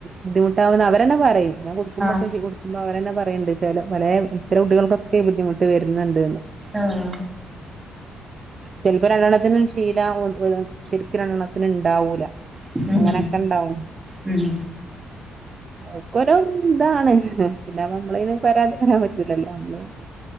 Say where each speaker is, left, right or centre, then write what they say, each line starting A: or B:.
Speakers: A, on the right (about 40°); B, on the right (about 15°).
A: ബുദ്ധിമുട്ടാവുന്ന് അവരന്നെ പറയും ഞാൻ കൊടക്കുമ്പോക്കെ
B: ആഹ്
A: കൊട്ക്ക് മ് മ്പവരന്നെ പറയ്ണ്ട് ചെല പലേ ചെല കുട്ടികൾക്കൊക്കെ ഈ ബുദ്ധിമുട്ട് വെര്ന്ന് ണ്ട്ന്ന്
B: ആഹ്
A: ചെൽപ്പോ രണ്ടെണ്ണത്തിനും ശീലാവൊ <unintelligible> ശെരിക്ക് രണ്ടെണ്ണത്തിന് ണ്ടാവൂല
B: ഉം
A: അങ്ങനെക്കെ ഇണ്ടാവും
B: ഉം
A: അക്കൊരം ഇതാണ് പിന്നെ നമ്മളിന് പരാതി പറയാൻ പറ്റൂലല്ലോ നമ്മള്